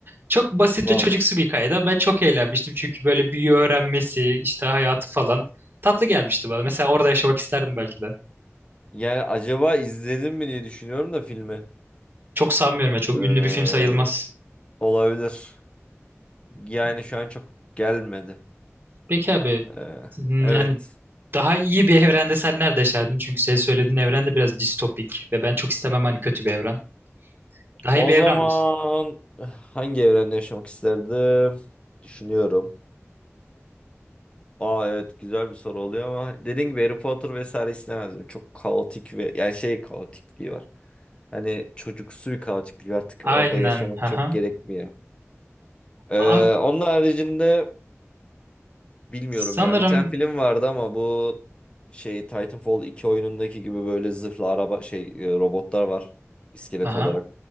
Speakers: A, on the right; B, on the left.
A: Çok basit
B: Wow.
A: ve çocuksu bir hikayede ben çok eğlenmiştim. Çünkü böyle büyü öğrenmesi işte hayatı falan tatlı gelmişti bana. Mesela orada yaşamak isterdim belki de.
B: Yani acaba izledim mi diye düşünüyorum da filmi.
A: Çok sanmıyorum ya çok
B: Ee,
A: ünlü bir film sayılmaz.
B: olabilir. Yani
A: Hmm.
B: şu an çok gelmedi.
A: Peki abi
B: Ee,
A: hmm,
B: evet.
A: yani daha iyi bir evrende sen nerede yaşardın? Çünkü senin söylediğin evren de biraz distopik ve ben çok istemem hani kötü bir evren. Daha
B: O
A: iyi bir
B: zaman
A: evren bul.
B: eh, hangi evrende yaşamak isterdim? Düşünüyorum. Aa evet güzel bir soru oluyor ama dediğim gibi Harry Potter vesaire istemezdim. Çok kaotik ve yani şey kaotikliği var. Hani çocuksu bir kaotiklik artık
A: Aynen.
B: orada yaşamak
A: Haha.
B: çok gerekmiyor. Ee,
A: Abi
B: onun haricinde Bilmiyorum
A: sanırım
B: ya. Bir tane film vardı ama bu şey Titanfall iki oyunundaki gibi böyle zırhlı araba şey e, robotlar var iskelet
A: Aha.
B: olarak.